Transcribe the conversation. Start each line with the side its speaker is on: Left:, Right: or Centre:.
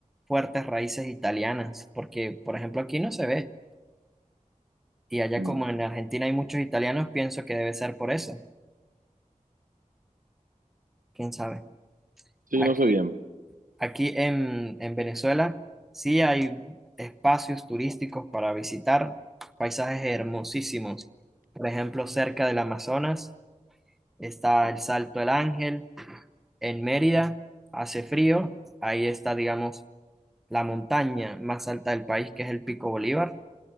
Centre: fuertes raíces italianas, porque, por ejemplo, aquí no se ve. Y allá
Right: Mm.
Centre: como en Argentina hay muchos italianos, pienso que debe ser por eso. ¿Quién sabe?
Right: Sí,
Centre: Aquí,
Right: no sé bien.
Centre: aquí en, en Venezuela sí hay espacios turísticos para visitar, paisajes hermosísimos. Por ejemplo, cerca del Amazonas está el Salto del Ángel En Mérida hace frío, ahí está, digamos, la montaña más alta del país, que es el Pico Bolívar.